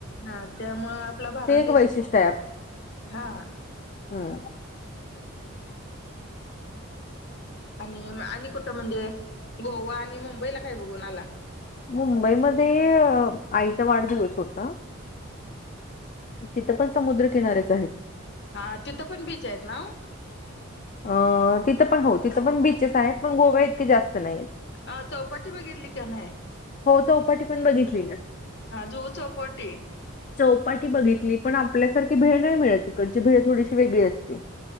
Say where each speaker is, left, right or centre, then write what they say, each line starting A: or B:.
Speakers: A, on the left; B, on the left.
A: हा त्यामुळे आपला भारत
B: ते एक
A: देश
B: वैशिष्ट्य
A: हा.
B: हम्.
A: ह <inaudible> आणि आणि कुठं म्हणजे गोवा आणि मुंबईला काय बघून आला.
B: मुंबईमध्ये आईचा वाढदिवस होता. तिथं पण समुद्रकिनाऱ्याच आहेत.
A: हा तिथं पण बीच आहेत ना वो.
B: अ तिथं पण हो तिथं पण बीचेस आहेत पण गोवा इतके जास्त नाहीत.
A: अ चौपाटी बघितली का नाही.
B: हो चौपाटी पण बघितली ना.
A: जुहू चौपटी.
B: चौपाटी बघितली पण आपल्यासारखी भेळ नाही मिळत तिकडची भेळ थोडीशी वेगळी असते.